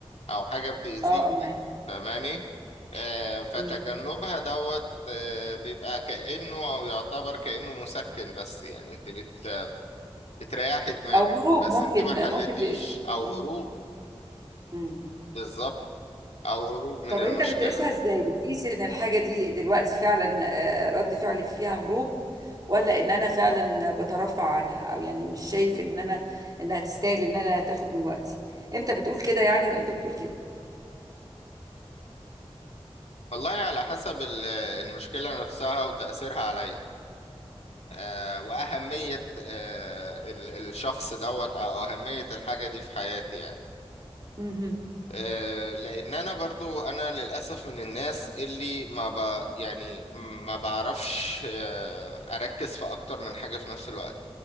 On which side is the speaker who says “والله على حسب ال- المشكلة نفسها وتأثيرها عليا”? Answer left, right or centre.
Left